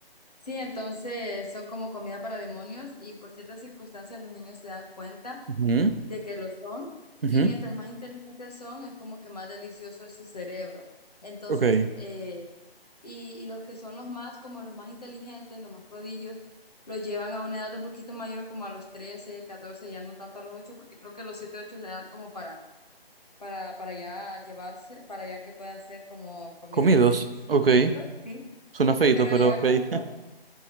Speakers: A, on the left (about 40°); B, on the right (about 65°).
A: Sí, entonces son como comida para demonios y por ciertas circunstancias los niños se dan cuenta
B: Ujú,
A: de que lo son,
B: ujú,
A: y mientras más inteligentes son, es como que más delicioso es su cerebro. Entonces,
B: Ok.
A: eh, y, y los que son los más, como los más inteligentes, los más prodigios, los llevan a una edad un poquito mayor, como a los trece catorce ya no tanto a los 8 porque creo que los 7 8 es la edad como para, para, para ya llevarse, para ya que puedan ser como comidos
B: Comidos.
A: y así.
B: Ok.
A: <laughs> ¿no? Sí.
B: Suena feito,
A: Pero
B: pero
A: ya
B: ok.
A: cuando
B: <laughs>